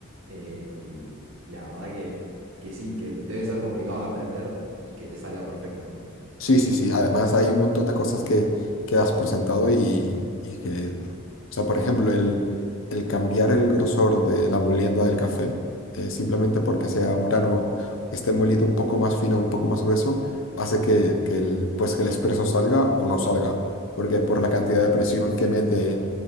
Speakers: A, on the right; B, on the left.
A: Eh, y, y la verdad que, que sí, que debe ser complicado de aprender y que te salga perfecto, ¿no?
B: Sí, sí, sí. Además hay un montón de cosas que, que das por sentado y, y que, o sea, por ejemplo, el, el cambiar el grosor de la molienda del café, eh, simplemente porque sea un grano que esté molido un poco más fino, un poco más grueso, hace que, que el, pues, que el espresso salga o no salga, porque por la cantidad de presión que mete,